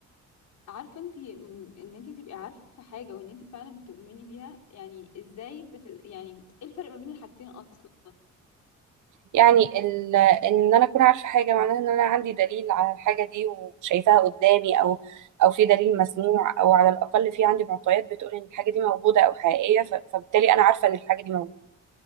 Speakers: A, on the left; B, on the right.
A: عارفة انت ان انت تبقي عارفة حاجة وان انت فعلا بتؤمني بيها يعني ازاي بت... يعني ايه الفرق ما بين الحاجتين اصلا
B: يعني ال... ان انا اكون عارفه حاجه معناها ان انا عندي دليل على الحاجه دي وشايفاها قدامي او او في دليل مسموع او على الاقل في عندي معطيات بتقول ان الحاجه دي موجوده او حقيقيه ف... فبالتالي انا عارفه ان الحاجه دي موجوده